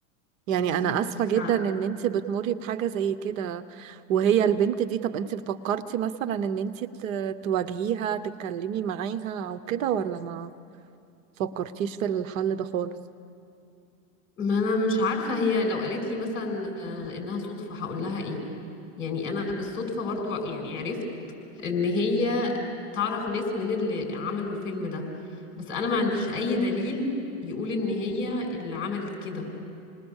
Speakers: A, on the right; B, on the left.
A: يعني
B: بالظبط
A: انا اسفة
B: ف...
A: جدا ان انت بتمري بحاجة زي كده وهي البنت دي طب انت فكرتي مثلا ان انت ت- تواجهيها تتكلمي معاها او كده ولا ما فكرتيش في الحل ده خالص؟
B: ما انا مش عارفه هي لو قالت لي مثلا آه، انها صدفه هقول لها ايه يعني انا بالصدفه برضو يعني عرفت ان هي تعرف ناس من اللي عملوا الفيلم ده بس انا ما عنديش
A: مم.
B: اي دليل يقول ان هي اللي عملت كده